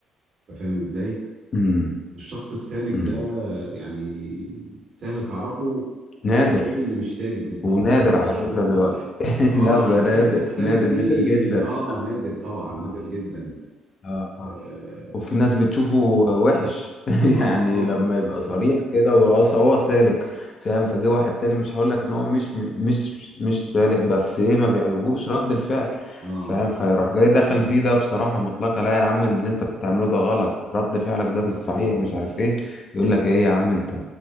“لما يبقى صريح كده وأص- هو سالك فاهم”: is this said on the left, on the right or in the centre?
Left